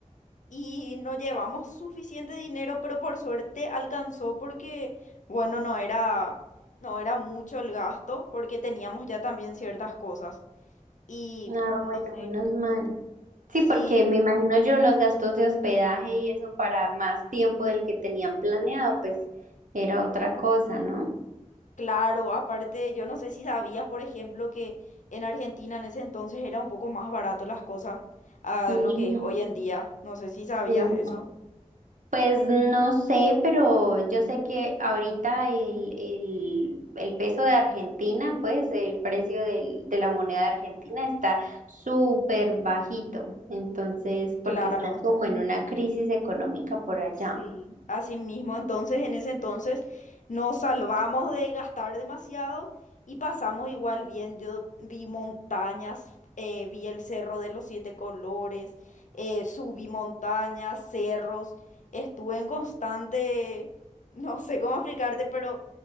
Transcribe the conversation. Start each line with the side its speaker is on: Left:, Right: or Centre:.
Left: y no llevamos suficiente dinero, pero por suerte alcanzó porque, bueno, no era, no era mucho el gasto porque teníamos ya también ciertas cosas. Y
Right: Ah, bueno,
Left: no sé.
Right: menos mal. Sí,
Left: Sí,
Right: porque me imagino yo los gastos de hospedaje y eso para más tiempo del que tenían planeado, pues era otra cosa, ¿no?
Left: Claro, aparte, yo no sé si sabías, por ejemplo, que en Argentina en ese entonces era un poco más barato las cosas a
Right: Mm,
Left: lo que es hoy en día. No sé si sabías
Right: sí.
Left: eso.
Right: Pues no sé, pero yo sé que ahorita el, el, el peso de Argentina, pues el precio del- de la moneda argentina está súper bajito, entonces, porque
Left: Claro.
Right: están como en una crisis económica por allá.
Left: Sí, así mismo. Entonces, en ese entonces nos salvamos de gastar demasiado y pasamos igual bien. Yo vi montañas, eh, vi el Cerro de los Siete Colores, eh, subí montañas, cerros. Estuve en constante, <laughs> no sé cómo explicarte, pero